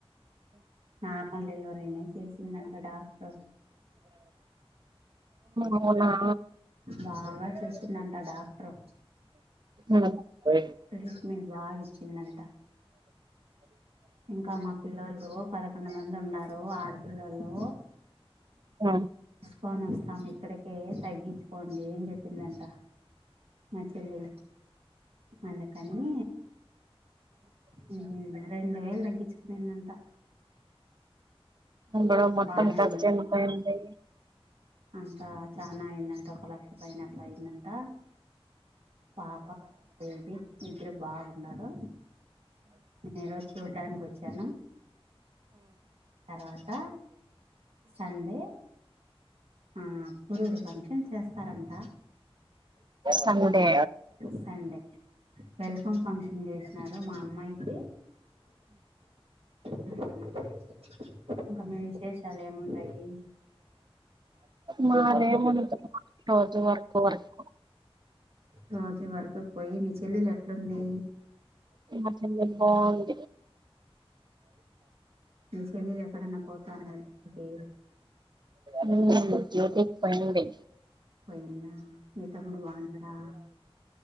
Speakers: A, on the right; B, on the right.
A: నార్మల్ డెలివరీనే చేసిందంట డాక్టరు
B: అవునా
A: బాగా చూస్కున్దంట డాక్టర్
B: ఉ
A: ట్రీట్మెంట్ బాగా ఇచ్చిందంట ఇంకా మా పిల్లాళ్లు పదకొండు మంది ఉన్నారు ఆడపిల్లోలు
B: ఉ
A: కొని వస్తాం ఇక్కడికే తగ్గించుకోండి అని చెప్పిందంట మా చెల్లెలు అందుకని హ్మ్ రెండు వేలు తగ్గించుకునిందంట
B: ఇప్పుడు మొత్తం
A: బానే
B: ఖర్చు ఎంత అయింది
A: అంత చానా అయిందంట ఒక లక్ష పైన అట్లా అయిందంట పాప ఏంటి ఇద్దరు బాగున్నారు ఈరోజు చూడ్డానికి వచ్చాను తర్వాత సండే ఆ పురుడు ఫంక్షన్ చేస్తారంట
B: సండే
A: సండే వెల్కమ్ ఫంక్షన్ చేసినారు మా అమ్మాయికి హుహ్మ్ ఇంకా మీ విశేషాలు ఏమున్నాయి
B: మాదే ముందు రోజు వర్కు వర్కు
A: రోజు వర్కుకు పోయి మీ చెల్లెలు ఎట్లుంది
B: మా చెల్లెలు బాగుంది
A: మీ చెల్లెలు ఎక్కడన్నా పోతానా కి
B: హ్మ్ గేట్ పండి
A: పోయిందా మీ తమ్ముడు బాగున్నాడా